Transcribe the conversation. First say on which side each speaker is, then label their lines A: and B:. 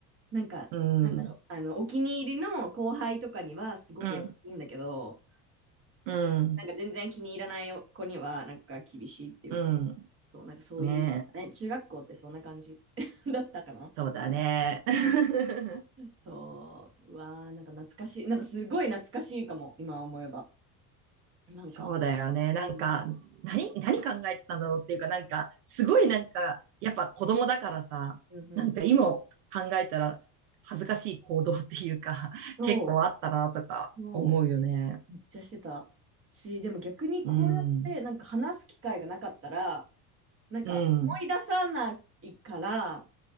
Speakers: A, on the right; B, on the right.
A: なんか、
B: うん、
A: なんだろう。あの、お気に入りの後輩とかにはすごくやいいんだけど、
B: うん、うん、
A: なんか全然気に入らない子には、なんか厳しいっていうか、
B: うん。
A: そう、なんかそういう、
B: ねえ、
A: ね、中学校ってそんな感じ <laughs> だったかな。
B: そうだね。<laughs>
A: そう、うわー、なんか懐かしい。なんかすごい懐かしいかも、今思えば。なんか、
B: そうだよね。なんか、
A: うん。
B: 何、何考えてたんだろうっていうか、なんか、すごいなんか、
A: そ
B: やっぱ子供だからさ、
A: う。うんうんうん。
B: なんか今考えたら恥ずかしい行動っていうか、<laughs>
A: そう
B: 結構あったなとか思うよね。
A: そう、めめっちゃしてたし、でも逆にこうやってなんか話す機会がなかったら、
B: うん、
A: なんか思い出さないから、
B: うん、